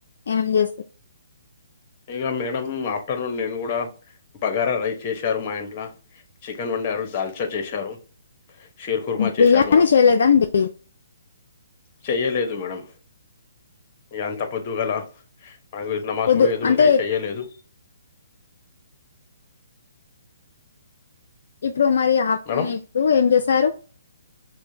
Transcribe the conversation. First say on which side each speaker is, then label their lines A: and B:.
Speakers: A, on the left; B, on the left.
A: ఏమేం చేస్
B: ఇగ మేడం ఆఫ్టర్నూన్ నేను కూడా బగారా రైస్ చేశారు మా ఇంట్ల చికెన్ వండారు దాల్చా చేశారు. షీర్ కుర్మా చేశారు
A: బిర్యానీ
B: మేడం
A: చేయలేదండి,
B: చెయ్యలేదు మేడం ఇ అంతా పొద్దు గల మనకు నమాజ్
A: పొద్దు
B: ఏది
A: అంటే
B: ఉండే చెయలేదు,
A: ఇప్పుడు మరి ఆఫ్టర్నూన్
B: మేడం
A: ఇప్పుడు ఏం చేసారు.